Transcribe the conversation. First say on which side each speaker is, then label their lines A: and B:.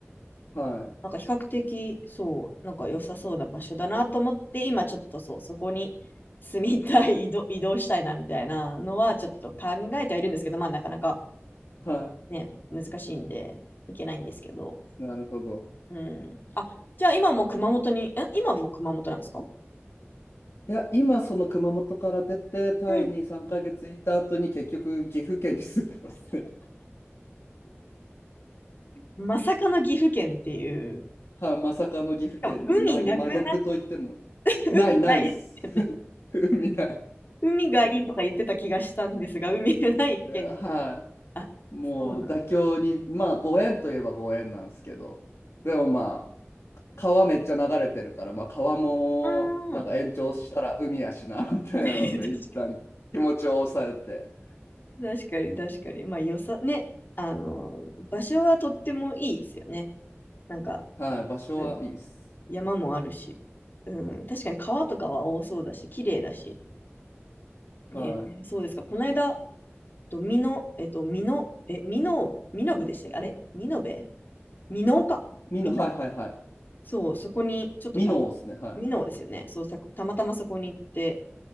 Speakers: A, on the left; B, on the left.
A: はい、
B: なんか比較的そうなんか良さそうな場所だなと思って今ちょっとそうそこに住みたい移動、移動したいなみたいなのはちょっと考えてはいるんですけどまあなかなか
A: は
B: ね難しいんで行けないんですけど。
A: い、なるほど。
B: うん。あ、じゃあ今も熊本に、え、今も熊本なんですか
A: いや、今その熊本から出て、タイに3ヶ月いた後に結局岐阜県に住んでますね。
B: うん。まさかの岐阜県っていう、
A: <laughs> はい、まさかの岐阜県、
B: しかも海なくな、
A: ま、真逆と言っても、
B: <laughs> 海ないですよね。
A: ない、ないっす。<laughs> 海ない。
B: 海がいいとか言ってた気がしたんですが、海がない県。
A: えーは
B: あ、
A: い。もう妥協に、
B: そうなん。
A: まあご縁といえばご縁なんですけど、でもまあ、川めっちゃ流れてるから、まあ川もなんか延長したら海やしな、
B: あ
A: みたいなので、
B: ー
A: 一旦気持ちを抑えて、
B: <laughs> 確かに。確かに、確かに。まあ、よさ、ね、あの、場所はとってもいいですよね。なんか、
A: はい、場所はいいっす。
B: うん、山もあるし、うん、確かに川とかは多そうだし、綺麗だし。ね、
A: はい。
B: そうですか。この間、と、みのえっと、みのえ、みのみの部でしたっけあれみのべみのうか。
A: 美濃、
B: みの
A: はいはいはい。
B: そう、そこに、ちょっとた、
A: 美濃ですね、はい。
B: みのうですよね。そう、さたまたまそこに行って、